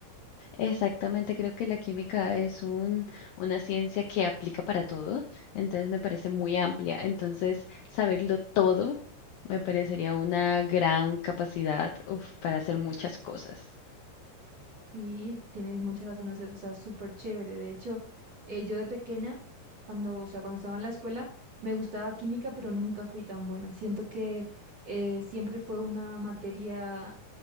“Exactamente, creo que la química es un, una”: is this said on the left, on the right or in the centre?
Left